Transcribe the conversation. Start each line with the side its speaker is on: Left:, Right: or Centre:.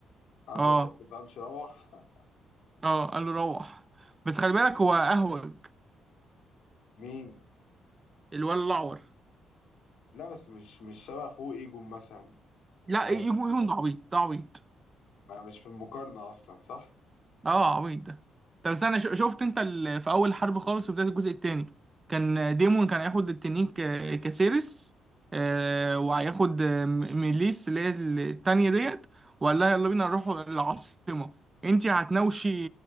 Left: قال
Right: اه
Left: له أنت ما بتفهمش روح <laughs>
Right: اه قال له روح بس خلي بالك هو اهوج
Left: مين؟
Right: الولد الاعور
Left: لا بس مش مش شبه اخوه ايجون مثلا
Right: لا
Left: فاهم
Right: يجون يجون ده عبيط ده عبيط
Left: ما مش في المقارنة أصلا صح؟
Right: اه عبيط ده طب استنى ش- شفت انت ال... في اول حرب خالص في بداية الجزء التاني كان ديمون كان هياخد التنين ك... كسيرس آه وهياخد آه، م- ميليس اللي هي التانية ديت وقال لها يلا بينا نروح العاصمة انت هتناوشي